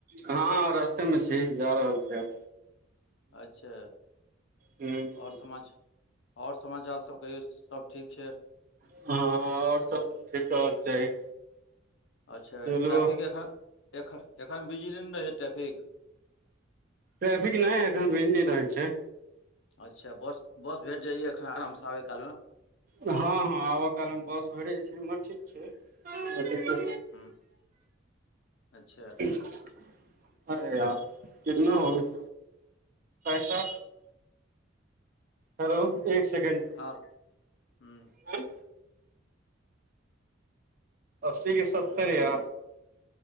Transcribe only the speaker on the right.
हँ रस्ते मे छी जा रहल छी आब
ह ह
हँ, आओर सब ठीक रहबाक चाही।
चलू
ह
ट्रैफिक नहि एखन बिजी नहि रहै छै
हँ हँ आबऽ काल मे बस भेट जाय छै ठीक छै
<unintelligible> अरे यार कितना होगया पैसा हेलो एक सेकण्ड
हँ अस्सी के सत्तर या